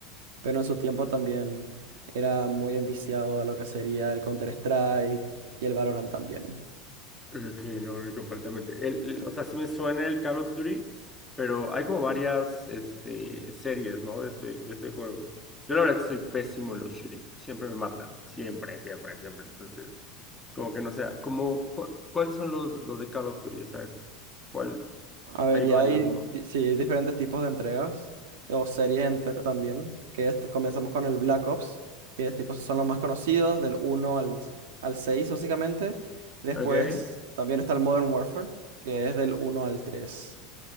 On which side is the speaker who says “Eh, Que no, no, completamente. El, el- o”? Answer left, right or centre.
Centre